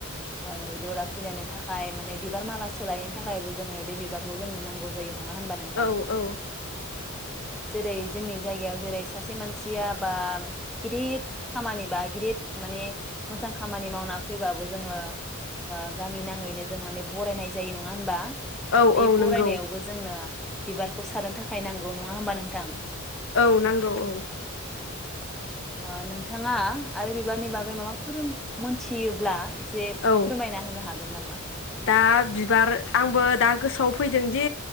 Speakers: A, in the centre; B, on the left.
A: आरो दरा खैनानो थाखाय माने बिबार माला सोलायनो थाखायबो जोंनो बे बिबारखौ जोंनो नांगौ जायो नङा होनबा नोंथां
B: औ औ
A: जेरै जोंनि जायगायाव जेरै सासे मानसिया बा गिदिद खामानि बा गिदिद माने मोजां खामानि मावना फैबाबो जोङो ओ गामि नाङैनो जों माने बरायनाय जायो नङा होनबा
B: औ
A: बे
B: औ नंगौ
A: बरायनायावबो जोंनो। बिबारखौ सारनो थाखाय नांगौ नङा होमबा नोंथां
B: औ नांगौ औ।
A: औ नोंथाङा आरो बिबारनि बागै माबाफोर मोनथियोब्ला एसे
B: औ
A: फोरमायना होनो हाग नोनामा
B: दा बिबार आंबो दा गोसोआव फैदों दि